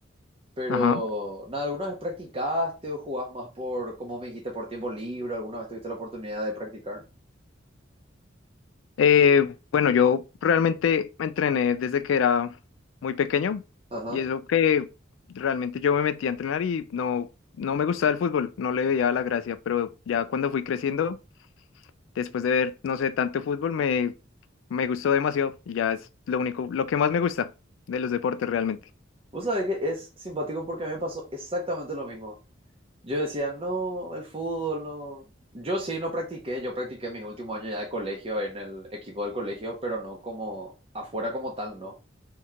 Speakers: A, on the right; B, on the left.
A: Pero
B: Ajá.
A: nada, ¿alguna vez practicaste o jugás más por, como me dijiste, por tiempo libre? ¿Alguna vez tuviste la oportunidad de practicar?
B: Eh, bueno, yo realmente me entrené desde que era muy pequeño
A: Ajá.
B: y eso que realmente yo me metí a entrenar y no, no me gustaba el fútbol, no le veía la gracia, pero ya cuando fui creciendo, después de ver, no sé, tanto fútbol, me, me gustó demasiado y ya es lo único, lo que más me gusta de los deportes realmente.
A: Vos sabés que es simpático porque a mí me pasó exactamente lo mismo. Yo decía, no, el fútbol, no. Yo sí no practiqué, yo practiqué mis últimos años ya de colegio en el equipo del colegio, pero no como afuera como tal, no.